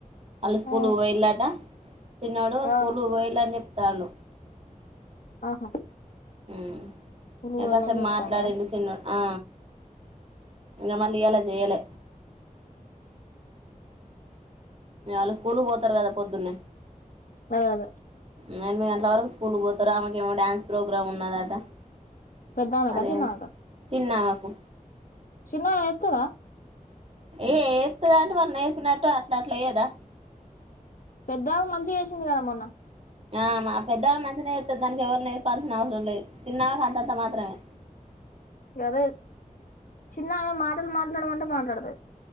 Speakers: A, on the right (about 45°); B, on the left (about 75°).
A: వాళ్ళ స్కూల్
B: ఆ
A: పోయిలాట తిన్నాడు
B: ఆ
A: స్కూల్ బోయలే అని చెప్తాడు
B: ఆహా
A: ఉమ్
B: ఊరికి
A: ఏ
B: పోయాలని
A: కాసెపు
B: చెప్తాండా
A: మాట్లాడిడు చినొ ఆ ఇగ మళ్ళీ ఇయ్యాల చేయలే మీ వాళ్ళు స్కూల్ పోతారు కదా పొద్దున్నే
B: అవును
A: ఎనిమిది గంటల వరకు స్కూల్కి పోతారు ఆమెకేమో డ్యాన్స్ ప్రోగ్రామ్ ఉన్నదట
B: పెద్దమేక
A: మరి
B: చిన్నమేక.
A: చిన్నామెకు
B: చిన్నో ఎత్తుగా.
A: ఏ ఎత్తందట వాళ్ళు నేర్పినట్టు అట్లా అట్లాఎయదా.
B: పెద్దమే మంచిగా ఎసింది గదా మొన్న.
A: ఆ మా పెద్దమే మంచినే ఎత్తది దానికి ఎవరు నేర్పావాల్సిన అవసరం లేదు చిన్నమేకు అంతంతా మాత్రమే.
B: గదే చిన్నమే మాటలు మాట్లాడ మంటే మాట్లాడతాది.